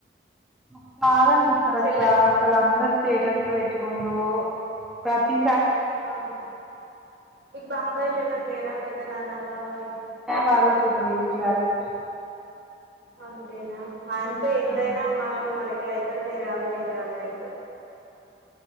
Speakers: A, in the centre; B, on the right (about 70°).
A: నాక్ బాగ అనిపిత్తది
B: చెల్లె
A: అక్క అసలు అందరు స్టేటస్లు పెట్టుకుంట్రు ప్రతి
B: అవును మీకు బాబాయ్లు ఎవరు లేరా పెద్ద నాన్న బాబాయ్
A: వాళ్ళ పెద్ద వేస్ట్ గాళ్ళు
B: అంతేనా అంతే ఎంతైనా
A: ఆ
B: మనోళ్లు మనకే అయితారు వేరే వాళ్ళు వేరే వాలే అయితరు